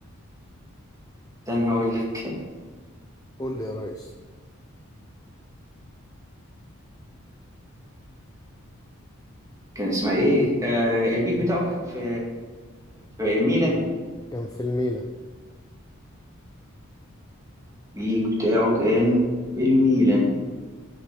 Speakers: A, on the right; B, on the left.
A: ده انا هقول لك
B: قول لي يا ريس
A: كان اسمها ايه آه البيك بتاعه كان في في ميلان
B: كان في الميلان
A: البيك بتاعه كان في الميلان